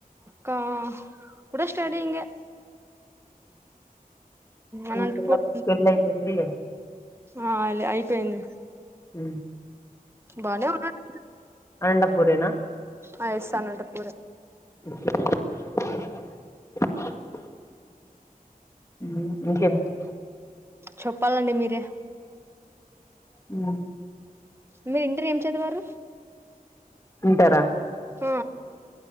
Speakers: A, on the right; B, on the left.
A: కా కూడా స్టడీంగే అనంతపూర్
B: ఉ మా చెల్లికి పెళ్ళి అయిపోయింది
A: ఆ అయిపోయింది
B: ఉమ్
A: బానే ఉన్నారు
B: అనంతపూరేనా
A: ఆ ఎస్ అనంతపురే
B: <inaudible> ఉ ఇంకేమిటి
A: చెప్పాలండి మీరే
B: ఉ
A: మీరు ఇంటర్ ఏం చదివారు
B: ఇంటరా
A: ఆ